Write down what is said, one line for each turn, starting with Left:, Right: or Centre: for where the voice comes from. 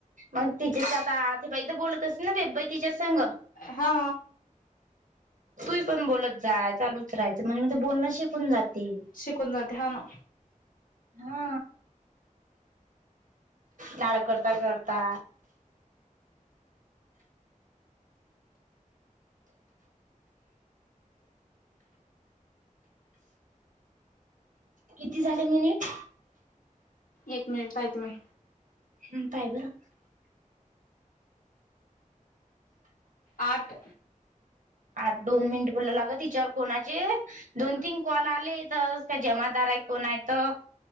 Right: मग तिच्याच आता ते बाई तर बोलत असस ना बेबई तिच्या संग
Left: हा
Right: तू पण बोलत जा चालूच राहाचं म्हणजे मग ते बोलणं शिकून जातील
Left: शिकून जाते हा ना
Right: हा लाड करता का करता किती झाले मिनिट
Left: एक मिनिट पाहिती मी
Right: हम्म पाय बर
Left: आठ
Right: आठ दोन मिनिट बोललं लाग तिच्यावर कोणाचे दोन तीन कॉल आले तर काय जमादार आहे कोण आहे तर